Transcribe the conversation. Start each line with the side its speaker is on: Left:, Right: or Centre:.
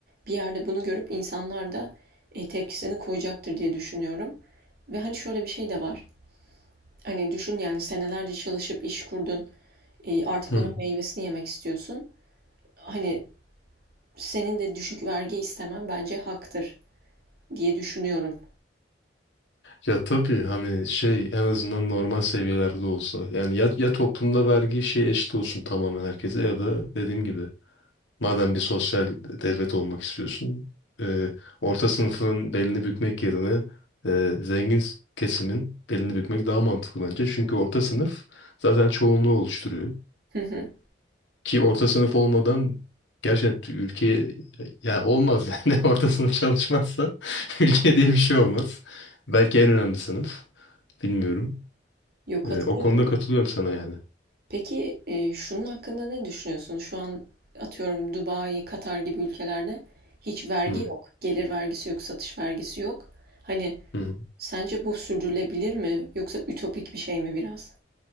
Right: Bir yerde bunu görüp insanlar da e, tepkisini koyacaktır diye düşünüyorum. Ve hani şöyle bir şey de var. Hani düşün yani senelerce çalışıp iş kurdun. E, artık
Left: Hı.
Right: onun meyvesini yemek istiyorsun. Hani senin de düşük vergi istemen bence haktır. diye düşünüyorum.
Left: Ya tabii hani şey en azından normal seviyelerde olsa. Yani ya, ya toplumda vergi şey eşit olsun tamamen herkese ya da dediğim gibi Madem bir sosyal devlet olmak istiyorsun, e, orta sınıfın belini bükmek yerine e, zengin s- kesimin belini bükmek daha mantıklı bence. Çünkü orta sınıf zaten çoğunluğu oluşturuyor.
Right: Hı hı.
Left: Ki orta sınıf olmadan gerçekten ülkeye yani olmaz <laughs> yani orta sınıf çalışmazsa <laughs> ülke diye bir şey olmaz. Belki en önemli sınıf. Bilmiyorum.
Right: Yok katılıyorum.
Left: E, o konuda katılıyorum sana yani.
Right: Peki e, şunun hakkında ne düşünüyorsun? Şu an atıyorum Dubai, Katar gibi ülkelerde hiç vergi
Left: Hı,
Right: yok. Gelir vergisi yok, satış vergisi yok. Hani
Left: hı.
Right: sence bu sürdürülebilir mi? Yoksa ütopik bir şey mi biraz?